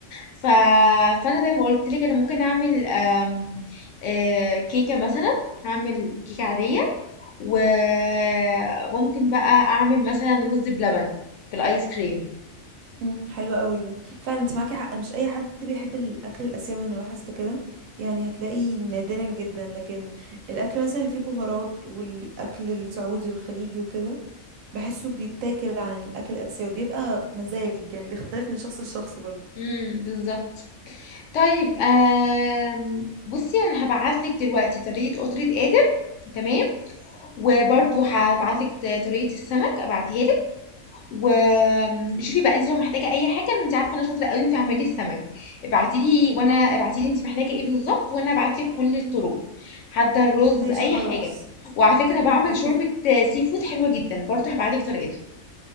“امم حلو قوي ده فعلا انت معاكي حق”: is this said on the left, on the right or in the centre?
Right